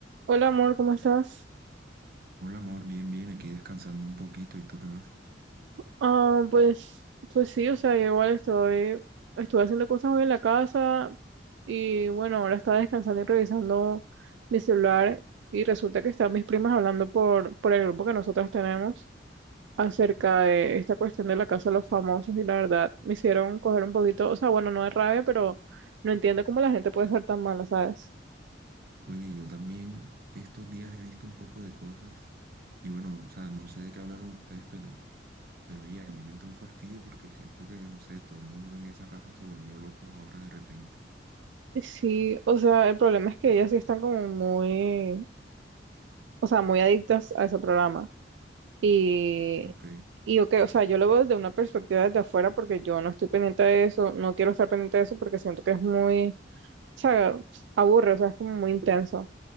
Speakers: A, on the right; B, on the right.
A: Hola amor, ¿cómo estás?
B: Hola amor, bien, bien, aquí descansando un poquito, ¿y tú qué más?
A: Ah, pues, pues sí, o sea, yo igual estoy, estuve haciendo cosas hoy en la casa y bueno, ahora estaba descansando y revisando mi celular y resulta que están mis primas hablando por, por el grupo que nosotras tenemos acerca de esta cuestión de la casa de los famosos y la verdad me hicieron coger un poquito, o sea, bueno, no de rabia, pero no entiendo cómo la gente puede ser tan mala, ¿sabes?
B: Oye, yo también estos días he visto un poco de cosas y bueno, o sea, no sé de qué hablaron ustedes, pero, pero oye, a mí me entró un fastidio porque siento que, no sé, todo el mundo en esa casa se volvió loco ahora de repente,
A: Sí, o sea, el problema es que ellas sí están como muy, o sea, muy adictas a ese programa. Y,
B: ¿ok?
A: y ok, o sea, yo lo veo desde una perspectiva desde afuera porque yo no estoy pendiente de eso, no quiero estar pendiente de eso porque siento que es muy, o sea, aburre, o sea, es como muy intenso.